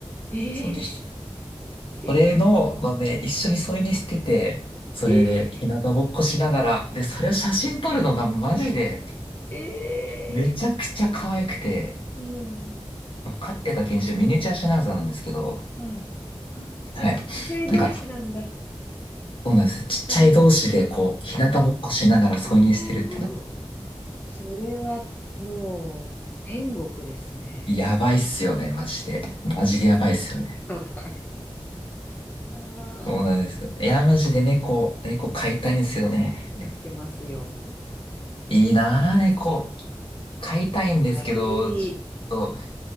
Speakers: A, on the left; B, on the left.
A: え
B: そう、2そ
A: ええ
B: れの、のね、一緒に添い寝してて、それで、
A: ええ
B: 日向ぼっこしながら、で、それを写真撮るのがマジで、
A: え
B: めちゃくちゃ可愛くて、
A: うん、
B: 飼ってた犬種、ミニチュアシュナウザーなんですけど、
A: はい。あ、じゃあちっちゃい同士なんだ。
B: はい。なんか、そうなんです。ちっちゃい同士で、
A: 最
B: こう、日向ぼっこしながら添い寝してるっての、
A: 高。それはもう天国ですね。
B: やばいっすよね、マジで。マジでやばいっすよね。
A: やばい。あー
B: そうなんですよ。いや、マジで猫、猫飼いたいんですよね。ね
A: 合ってますよ。で、
B: いいなぁ、猫。飼いたいんですけど、
A: 猫がいい。
B: ちょっと、